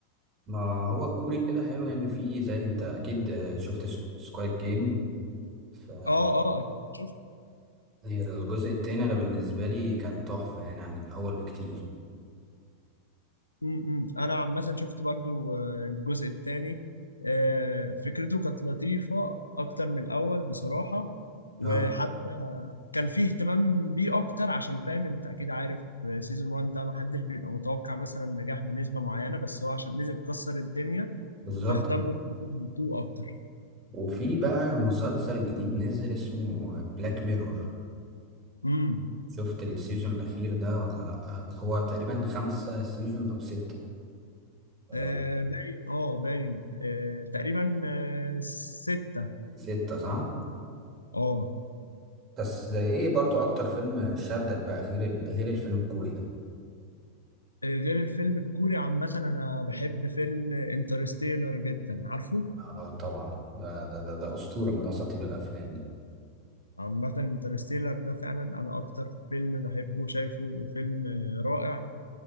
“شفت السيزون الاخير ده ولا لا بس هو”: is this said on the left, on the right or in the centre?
Right